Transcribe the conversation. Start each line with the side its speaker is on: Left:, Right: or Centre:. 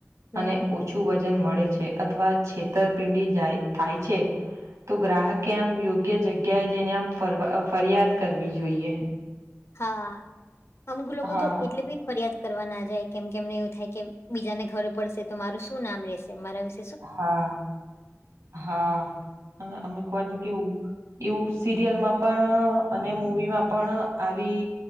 Left: હમ
Right: અને ઓ ઓછું વજન મળે છે અથવા છેતરપિંડી જાય થાય છે તો ગ્રાહકે આમ યોગ્ય જગ્યાએ જઈને આમ ફર ફરિયાદ કરવી જોઈએ
Left: હા અમુક લોકો
Right: હા
Left: તો એટલે બી ફરિયાદ કરવા ના જાય કેમ કે એમને એવું થાય કે બીજાને ખરે પડશે તો મારું શું નામ રહેેશે મારા વિ
Right: હા હા અને અમુક વાર તો કેવું એવું સિરિયલ માં પણ અને મુવી માં પણ આવી